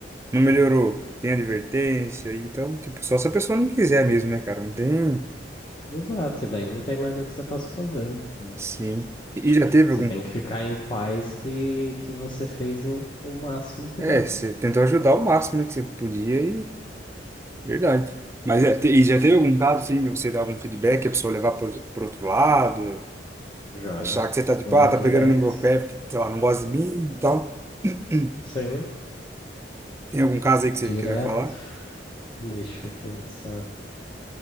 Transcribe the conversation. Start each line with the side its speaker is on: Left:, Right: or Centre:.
Right: não melhorou, tem advertência, e então, tipo, só se a pessoa não quiser mesmo, né, cara? Não tem.
Left: Exato, e daí não tem mais o que você possa fazer, né? Não,
Right: Sim. E
Left: Tipo,
Right: já teve
Left: você
Right: algum.
Left: tem que ficar em paz que, que você fez o, o máximo que
Right: É,
Left: dava.
Right: você tentou ajudar o máximo, né, que você podia e. Verdade. Mas é, te- e já teve algum caso, sim, de você dar algum feedback, a pessoa levar pro, pro outro lado?
Left: Já,
Right: Achar que você tá tipo,
Left: né?
Right: ah, tá
Left: Direto.
Right: pegando no meu pé porque, sei lá, não gosta de mim e tal. <clears throat>
Left: Sim,
Right: Tem algum caso aí que
Left: direto.
Right: você queria falar?
Left: Deixa eu pensar.